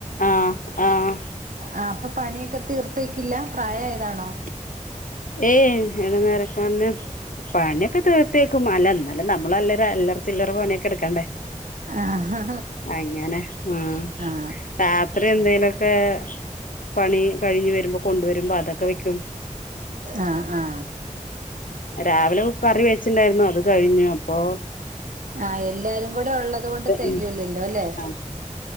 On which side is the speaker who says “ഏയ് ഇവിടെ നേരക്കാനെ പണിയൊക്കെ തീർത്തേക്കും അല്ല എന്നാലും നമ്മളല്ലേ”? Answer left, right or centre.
Left